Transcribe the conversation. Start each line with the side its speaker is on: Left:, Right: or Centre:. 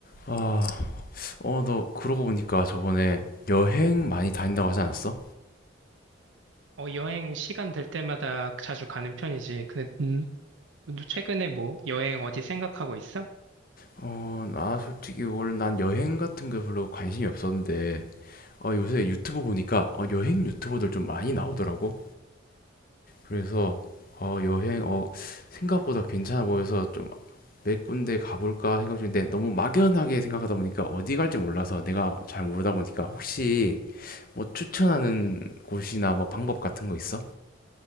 Left: 아, 어, 너 그러고 보니까 저번에 여행 많이 다닌다고 하지 않았어?
Right: 어, 여행 시간 될 때마다 자주 가는 편이지. 근데, 음, 너 최근에 뭐, 여행 어디 생각하고 있어?
Left: 어, 나 솔직히 원래 난 여행 같은 거 별로 관심이 없었는데, 어, 요새 유튜브 보니까 어, 여행 유튜버들 좀 많이 나오더라고. 그래서 어, 여행 어, 생각보다 괜찮아 보여서 좀 몇 군데 가볼까 생각 중인데 너무 막연하게 생각하다 보니까 어디 갈지 몰라서 내가 잘 모르다 보니까 혹시 뭐 추천하는 곳이나 뭐 방법 같은 거 있어?